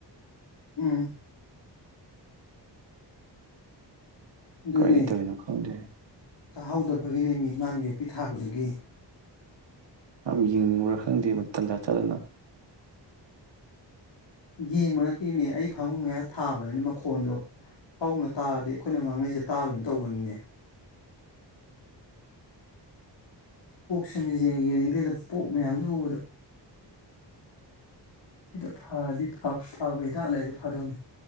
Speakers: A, on the left (about 75°); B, on the right (about 75°).
A: ꯎꯝ ꯑꯗꯨꯅꯦ
B: ꯀꯔꯤ ꯇꯧꯔꯤꯅꯣ ꯈꯪꯗꯦ
A: ꯇꯥꯍꯧꯗꯕ ꯒꯤꯅꯤ ꯃꯤ ꯃꯥꯅ ꯌꯣꯛꯄꯤ ꯊꯥꯕꯗꯨꯒꯤ
B: ꯌꯥꯝ ꯌꯦꯡꯅꯤꯡꯕ꯭ꯔꯥ ꯈꯪꯗꯦꯟꯖꯥ ꯆꯥꯗꯅ
A: ꯌꯦꯡꯕ ꯅꯠꯇꯦꯅꯦ ꯑꯩ ꯐꯃꯨꯡ ꯃꯌꯥ ꯊꯥꯕꯅꯤꯅ ꯃꯈꯣꯟꯗꯣ ꯍꯧꯅ ꯇꯥꯔꯗꯤ ꯑꯩꯈꯣꯏꯅ ꯉꯥꯡꯅꯩꯁꯦ ꯇꯥꯔꯣꯏꯅ ꯇꯧꯕꯅꯤꯅꯦ ꯀꯣꯛꯁ ꯃꯦꯟꯖꯦꯟꯒ ꯌꯦꯡꯅꯤꯡꯗꯦꯗ ꯀꯣꯛ ꯃꯌꯥꯝꯁꯦ ꯎꯕꯗ ꯁꯤꯗ ꯐꯔꯗꯤ ꯐꯕ ꯍꯤꯗꯥꯛ ꯂꯩꯔꯗꯤ ꯐꯗꯧꯅꯤ